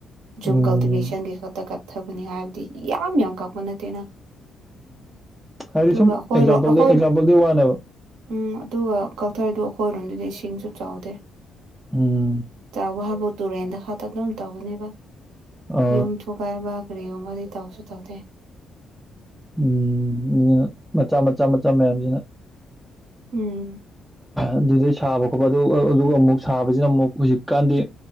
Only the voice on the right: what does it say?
ꯖꯨꯝ
ꯀꯜꯇꯤꯚꯦꯁꯟꯒꯤ ꯈꯛꯇ ꯀꯛ ꯊꯕꯅꯤ ꯍꯥꯏꯕꯗꯤ ꯌꯥꯝ ꯌꯥꯝ ꯀꯛꯄ ꯅꯠꯇꯦꯅ
ꯑꯗꯨꯒ
ꯑꯩꯈꯣꯏꯔꯣ
ꯑꯩꯈꯣꯏ
ꯎꯝ ꯑꯗꯨꯒ ꯀꯛꯊꯩꯗ ꯑꯩꯈꯣꯏꯔꯣꯝꯗꯨꯗꯤ ꯏꯁꯤꯡꯁꯨ ꯆꯥꯎꯗꯦ
ꯆꯥꯎꯕ ꯍꯥꯏꯕ ꯇꯨꯔꯦꯟꯗ ꯍꯥꯇꯅꯕꯝ ꯇꯧꯒꯅꯦꯕ
ꯌꯨꯝ ꯊꯨꯒꯥꯏꯕ ꯔꯦꯍ ꯃꯗꯤ ꯇꯧꯁꯨ ꯇꯧꯗ
ꯎꯝ